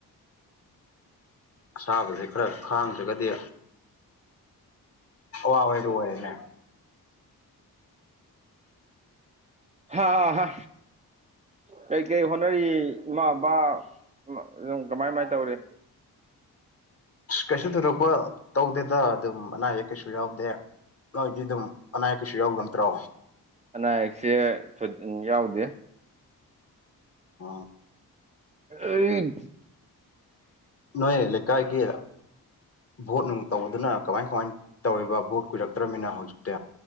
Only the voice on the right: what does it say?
ꯍꯥ ꯍꯥ ꯀꯩꯀꯩ ꯍꯣꯠꯅꯔꯤ ꯏꯃꯥ ꯕꯕꯥ ꯑꯗꯨꯝ ꯀꯃꯥꯏ ꯀꯃꯥꯏꯅ ꯇꯧꯔꯤ
ꯑꯅꯥ ꯑꯌꯦꯛꯁꯦ ꯊꯣ ꯌꯥꯎꯗꯦ
ꯑꯩ